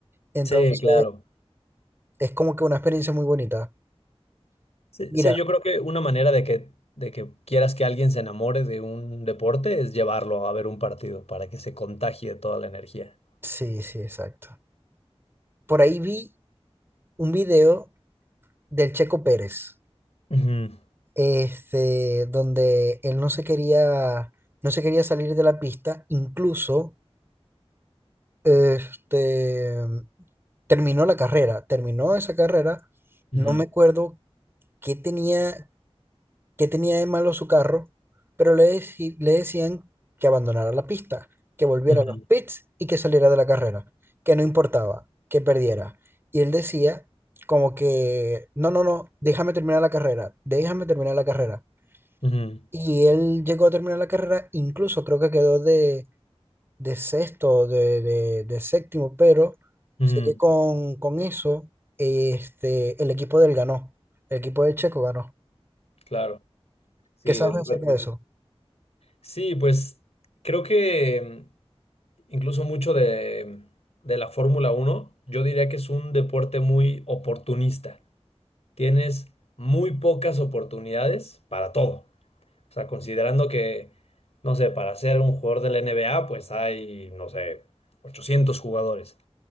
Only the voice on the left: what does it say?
Sí, claro.
Sí,
sí, yo creo que una manera de que, de que quieras que alguien se enamore de un deporte es llevarlo a ver un partido para que se contagie toda la energía.
Ujú,
ujú,
ujú,
ujú,
ujú.
Claro. Sí,
el
Red Bull
Sí, pues creo que mm, incluso mucho de, de la Fórmula Uno, yo diría que es un deporte muy oportunista. Tienes muy pocas oportunidades para todo. O sea, considerando que, no sé, para ser un jugador de la NBA, pues hay, no sé, 800 jugadores.